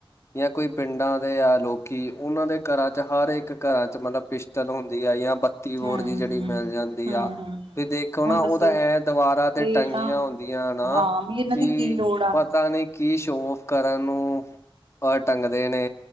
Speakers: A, on the left (about 30°); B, on the right (about 75°).
A: ਜਾਂ ਕੋਈ ਪਿੰਡਾਂ ਦੇ ਆ ਲੋਕੀ, ਉਹਨਾਂ ਦੇ ਘਰਾਂ ਚ ਹਰ ਇੱਕ ਘਰਾਂ ਚ ਮਤਲਬ ਪਿਸਤਲ ਹੁੰਦੀ ਆ ਜਾਂ ਬੱਤੀ ਬੋੜ
B: ਹਮ-ਹਮ-ਹਮ-ਹਮ-ਹਮ
A: ਦੀ ਜਿਹੜੀ ਮਿਲ ਜਾਂਦੀ ਆ। ਤੇ ਦੇਖੋ ਨਾ
B: ਹੁਣ
A: ਉਹ
B: ਦੱਸੋ
A: ਤਾਂ ਐਂ ਦਵਾਰਾਂ ਤੇ
B: ਇਹ
A: ਟੰਗੀਆਂ
B: ਤਾਂ
A: ਹੁੰਦੀਆਂ ਨਾ,
B: ਹਾਂ ਵੀ ਇਹਨਾਂ
A: ਕੀ,
B: ਦੀ ਲੋੜ ਆ
A: ਪਤਾ ਨਹੀਂ ਕੀ ਸ਼ੋਅ ਔਫ ਕਰਨ ਨੂੰ, ਆਹ ਟੰਗਦੇ ਨੇ।